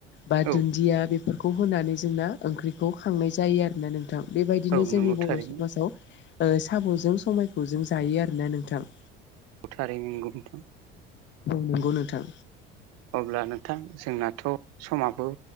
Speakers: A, on the left; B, on the right.
A: बा
B: औ
A: दुन्दिया बेफोरखौ होनानै जोंना ओंख्रिखौ खांनाय जायो आरोना नोंथां। बेबायदिनो
B: औ
A: जोंनि
B: नंगौ थारैनो
A: बर' समाजाव साम'जों समायखौजों जायो आरोना नोंथां।
B: थारै नोंगौ नोंथां।
A: औ नंगौ नोंथां।
B: अब्ला नोंथां जोंनाथ' समाबो